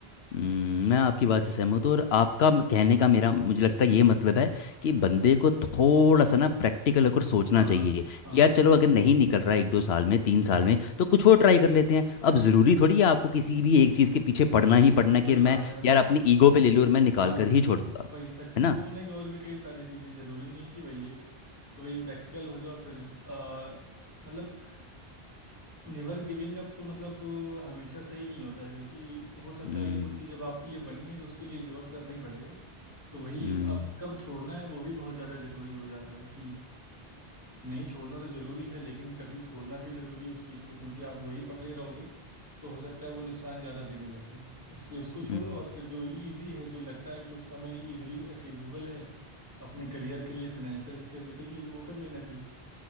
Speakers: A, on the left; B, on the right.
A: हम्म, मैं आपकी बात से सहमत हूँ और आपका म- कहने का मेरा मुझे लगता है ये मतलब है कि बंदे को थोड़ा सा ना प्रैक्टिकल होकर सोचना
B: हाँ
A: चाहिए
B: हाँ
A: कि यार चलो अगर नहीं निकल रहा है एक दो साल में तीन साल
B: हाँ
A: में तो कुछ और ट्राई कर लेते हैं
B: सही
A: अब
B: बात
A: ज़रूरी
B: है
A: थोड़ी है आपको किसी भी एक चीज़ के पीछे पड़ना ही पड़ना कि
B: वही
A: यार
B: बात
A: मैं
B: है मतलब
A: यार अपनी ईगो पे ले लूँ और मैं निकाल
B: हाँ
A: कर ही छोड़ूंगा
B: वही सक्सेसफुल
A: है ना
B: होने का और भी कई सारी चीज़ें जरूरी नहीं कि वही एक तो वही प्रैक्टिकल हो जाओ फिर अ, मतलब नेवर गिविंग अप तो मतलब अ, हमेशा सही नहीं होता है क्योंकि हो सकता
A: हम्म
B: है कि कुछ चीज़ अब आपके लिए बनी नहीं तो उसके लिए गिव अप करना ही पड़ेगा तो वही
A: हम्म
B: अब कब छोड़ना है वो भी बहुत ज़्यादा ज़रूरी हो जाता है कि नहीं छोड़ना तो जरूरी है लेकिन कभी छोड़ना भी जरूरी है उस चीज़ को क्योंकि आप वही पकड़े रहोगे तो हो सकता है वो नुकसान ज़्यादा देने लग जाए तो इसलिए उसको छोड़ो
A: हम्म
B: और फिर जो इजी है जो लगता है कि उस समय इजीली अचीवेबल है अपने करियर के लिए फाइनेंशियल स्टेबिलिटी के लिए तो वो कर लेना चाहिए